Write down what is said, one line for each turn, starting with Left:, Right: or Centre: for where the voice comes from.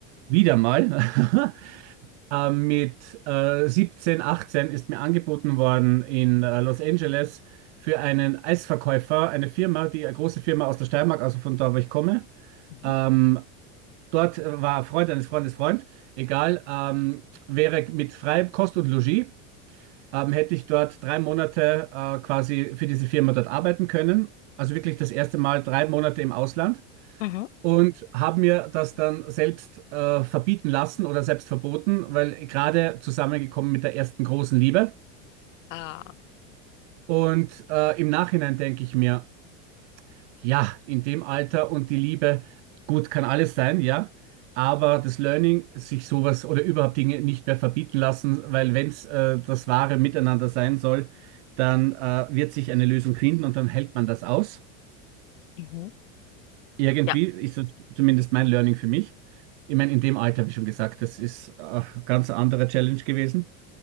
Right: Wieder mal. <laughs> äh, mit äh, 17, 18 ist mir angeboten worden in äh, Los Angeles für einen Eisverkäufer, eine Firma, die eine große Firma aus der Steiermark, also von da, wo ich komme.
Left: Mhm.
Right: Ähm, dort äh, war ein Freund eines Freundes Freund, egal, ähm, wäre mit freiem Kost und Logis, ähm, hätte ich dort drei Monate äh, quasi für diese Firma dort arbeiten können. Also wirklich das erste Mal drei Monate im Ausland
Left: Mhm.
Right: und habe mir das dann selbst äh, verbieten lassen oder selbst verboten, weil gerade zusammengekommen mit der ersten großen Liebe.
Left: Ah.
Right: Und äh, im Nachhinein denke ich mir, ja, in dem Alter und die Liebe, gut, kann alles sein, ja. Aber das Learning, sich sowas oder überhaupt Dinge nicht mehr verbieten lassen, weil wenn es äh, das wahre Miteinander sein soll, dann äh, wird sich eine Lösung finden und dann hält man das aus.
Left: Mhm.
Right: irgendwie
Left: Ja,
Right: ist das zumindest mein Learning für mich. Ich meine, in dem Alter, wie schon gesagt, das ist äh, ganz eine andere Challenge gewesen.